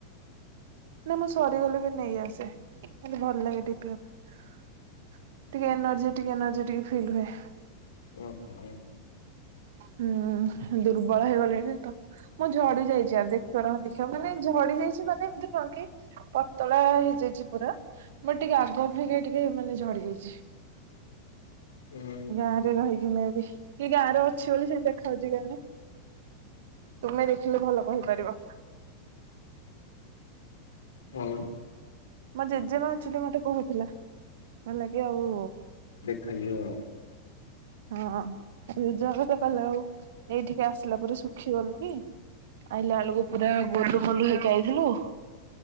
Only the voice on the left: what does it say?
ଓ ହୋ।
ହୁଁ
ହଉ।
ଖାଇଯିବ ଆଉ।